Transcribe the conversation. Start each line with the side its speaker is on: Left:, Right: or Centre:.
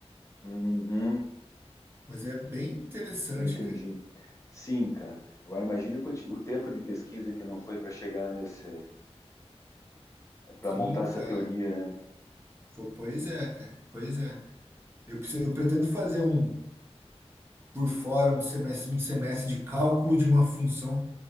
Left: Uhum.
Right: Mas é bem interessante,
Left: Eu entendi.
Right: cara.
Left: Sim, cara. Agora imagine o quanti- o tempo de pesquisa que não foi para chegar nesse, para
Right: Sim,
Left: montar essa
Right: cara.
Left: teoria, né?
Right: Fo- Pois é, cara. Pois é. Eu, preciso- eu pretendo fazer um, por fora, um semestre, um semestre de cálculo de uma função